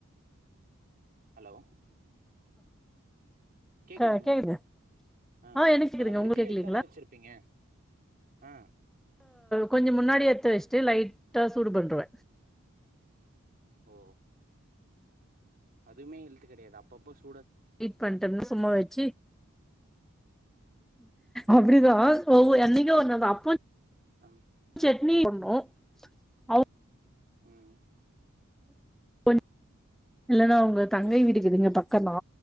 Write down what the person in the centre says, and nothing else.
க கேக்குது
ஆ எனக்கு கேக்குதுங்க
உங்களுக்கு கேக்கலீங்களா
கொஞ்சோ முன்னாடி எத்து வெச்சிட்டு லைட்டா சூடு பண்ருவ
ஹீட் பண்ட்டோம்னு சும்மா வெச்சு அப்டிதா சோ என்னைக்கே ஒரு நாள் தான் அப்ப
சட்னி பண்ணோ ஆவு
பொன் இல்லன்னா உங்க தங்கை
வீடுக்குதுங்க
பக்கந்தா